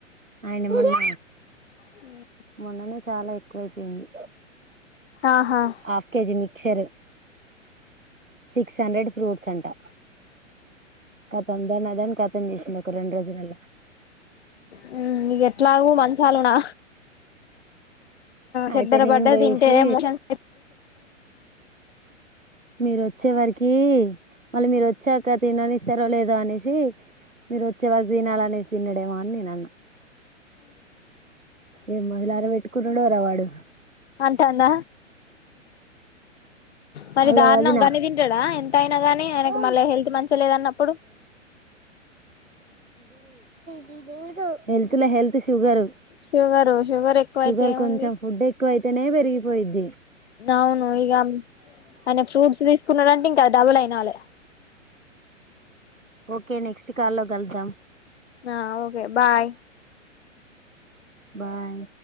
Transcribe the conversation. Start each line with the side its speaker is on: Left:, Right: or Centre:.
Right: ఆయన మొన్న
Left: హుమ్
Right: మొన్ననే చాలా ఎక్కువయిపోయింది
Left: ఆహా
Right: హాఫ్ కేజీ మి క్షరు సిక్స్ హండ్రెడ్ ఫ్రూట్స్ అంటా కతం దాన్ని అదని కతం చేసిండు రెండు రోజులలా
Left: హుమ్ నీకు ఎట్లాగు మంచాలునా చెెడ్డర
Right: అయితే నేను
Left: బడ్డ
Right: పోయేసి
Left: తింటే మోషన్
Right: మీరు వచ్చే వారికీ మళ్ళీ మీరు వచ్చాక తిననిస్తారో లేదో అనేసి మీరు వచ్చే వరకు తినాలనేసి తిన్నడేమో అని నేను అన్నా ఏ మొదలార పెట్ కుర్రడోరవాడు
Left: అంటాన్న మరి
Right: వాళ్ళ
Left: దారుణం
Right: వదిన
Left: గన్ని తింటాడా ఎ అయినా గానీ ఆయనకి
Right: ఆ
Left: మళ్ళీ హెల్త్ మంచి లేదన్నప్పుడు
Right: తనిీడు హెల్త్ లో హెల్త్ షుగర్
Left: షుగరు షుగర్ ఎక్కువైతే
Right: షుగర్
Left: ఏముంది
Right: కొంచెం ఫుడ్ ఎక్కువ అయితేనే పె పోయిద్ది
Left: అవును ఇక అయన ఫ్రూట్స్ తీసుకున్నాడంటే ఇంకా డబుల్ అయినాలే
Right: ఓకే నెక్స్ట్ కాల్ లో కలుద్దాం
Left: ఆ ఓకే బాయ్
Right: బాయ్